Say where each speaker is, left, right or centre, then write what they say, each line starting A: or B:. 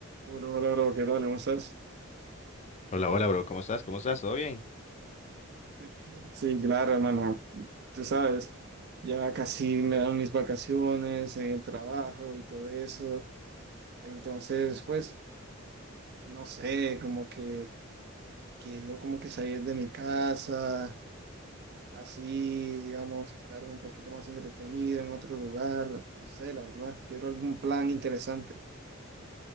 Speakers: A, on the right; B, on the left.
A: Hola, hola, bro, ¿qué tal? ¿Cómo estás?
B: Hola, hola, bro, ¿cómo estás? ¿Cómo estás? ¿Todo bien?
A: <laughs> Sí, claro, hermano, tú sabes, ya casi me dan mis vacaciones en el trabajo y todo eso. Entonces, pues, no sé, como que quiero como que salir de mi casa, así, digamos, estar un poquito más entretenido en otro lugar, no sé, la verdad, quiero algún plan interesante.